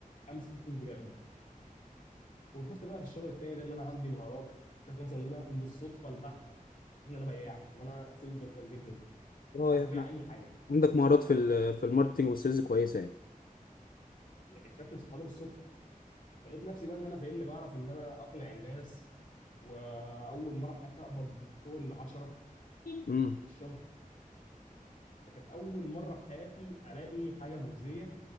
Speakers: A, on the left; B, on the left.
A: امسك فيه فلوس بجد وشفت بقى في الشغل التاني ده ان انا عندي مهارات شفت مثلا ان انا بالصدفه البحته شفت ان انا بياع ان انا سيلزمان كويس جدا
B: اه
A: عارف
B: يعني
A: ابيع اي حاجه
B: عندك مهارات في ال... في الماركتنج والسيلز كويسه يعني
A: اكتشفت الصحاب ده بالصدفه فلقيت نفسي بقى ان انا فاهمني بعرف ان انا اقنع الناس واول مره في حياتي اقبض فوق العشرة
B: امم
A: في الشهر فكانت اول مره في حياتي الاقي حاجه مجزيه